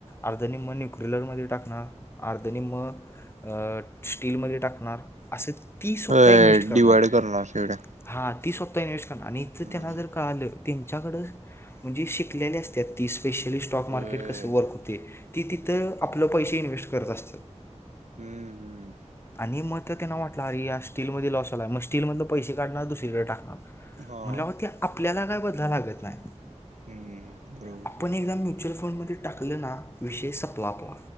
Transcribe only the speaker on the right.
होय
डिवाइड शेवड्या.
हम्म
होय.
हम्म हम्म.
हा
हम्म बरोबर.